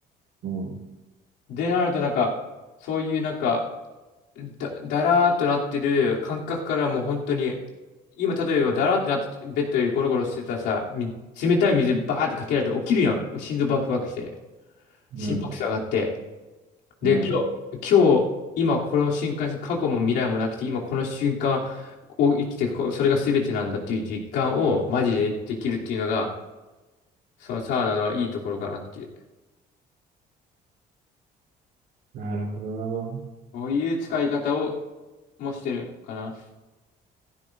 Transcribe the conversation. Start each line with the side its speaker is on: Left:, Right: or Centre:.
Right: ん。う
Left: で、なるとなんか、そういうなんか、だ、だらーっとなってる感覚からもう本当に、今例えばだらーってなって、ベッドよりゴロゴロしてたらさ、み冷たい水バーってかけられたら起きるやん。もう心臓バクバクして、
Right: ん。
Left: 心拍数上がって。で、
Right: うん。
Left: 今日、今日、今この瞬間、過去も未来もなくて、今この瞬間を生きてこう、それが全てなんだっていう実感をマジでできるっていうのが、そのサウナのいいところかなっていう。
Right: なるほどな。
Left: こういう使い方をもしてるかな。